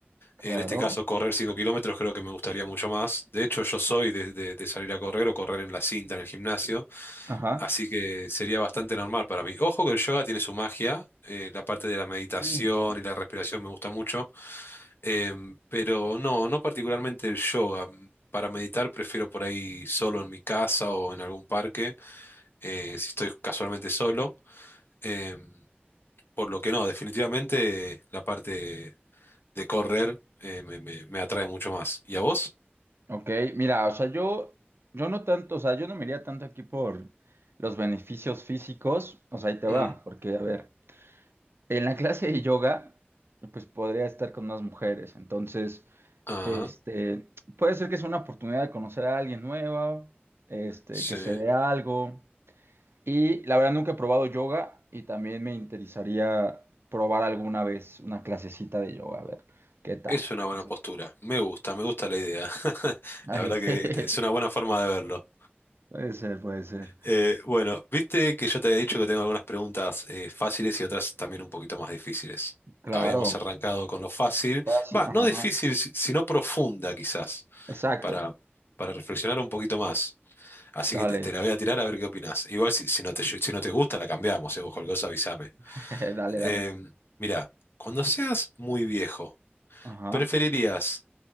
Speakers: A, on the right; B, on the left.
A: claro.
B: En este caso, correr 5 kilómetros creo que me gustaría mucho más. De hecho, yo soy de, de- de salir a correr o correr en la cinta en el gimnasio,
A: Ajá.
B: así que sería bastante normal para mí. Ojo que el yoga tiene su magia, eh, la parte de la meditación
A: Sí.
B: y la respiración me gusta mucho, em, pero no, no particularmente el yoga. Para meditar prefiero por ahí solo en mi casa o en algún parque, eh, si estoy casualmente solo. em, por lo que no, definitivamente la parte de correr eh, me, me- me atrae mucho más. ¿Y a vos?
A: Ok, mira, o sea, yo, yo no tanto, o sea, yo no me iría tanto aquí por los beneficios físicos, o sea, ahí te
B: Mm,
A: va, porque, a ver, en la clase de yoga, pues podría estar con más mujeres, entonces,
B: Ah,
A: este, puede ser que sea una oportunidad de conocer a alguien nueva, este,
B: sí.
A: que se dé algo, y la verdad nunca he probado yoga y también me interesaría probar alguna vez una clasecita de yoga, a ver, ¿qué tal?
B: Es una
A: Entonces,
B: buena postura. Me gusta, me gusta la idea. <laughs>
A: ahí,
B: La verdad
A: <laughs>
B: que
A: jejeje,
B: esta es una buena forma de verlo.
A: puede ser, puede ser,
B: Eh, bueno, viste que yo te había dicho que tengo algunas preguntas eh, fáciles y otras también un poquito más difíciles.
A: claro.
B: Habíamos arrancado con lo fácil.
A: Fácil,
B: Va,
A: ajá.
B: no difícil, si- sino profunda quizás,
A: Exacto.
B: para, para reflexionar un poquito más. Así
A: Dale,
B: que te, te la voy a tirar a ver qué opinás. Igual si, si no te, si no te gusta, la cambiamos, eh, vos cualquier cosa avísame.
A: <laughs> dale,
B: Eh,
A: dale.
B: mira, cuando seas muy viejo,
A: Ajá.
B: ¿preferirías